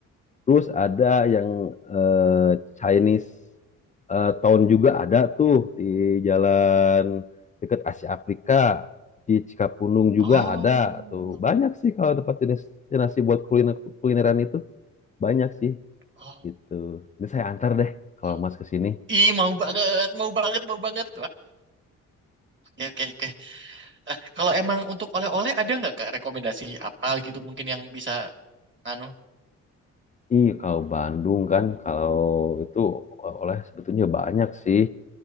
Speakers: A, on the left; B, on the right.
A: Terus ada yang eh, Chinese eh, Town juga ada tuh di jalan dekat Asia Afrika di Cikapundung juga
B: Oh,
A: ada tuh banyak sih kalau tempat destinasi buat kuliner kulineran itu banyak sih
B: oh,
A: gitu. Ini saya antar deh kalau
B: oh.
A: Mas ke sini.
B: Ih, mau banget, mau banget, mau banget. Ya, oke, oke. Eh, kalau emang untuk oleh-oleh ada nggak Kak rekomendasi apa gitu mungkin yang bisa anu?
A: Iya, kalau Bandung kan, kalau itu eh, oleh sebetulnya banyak sih.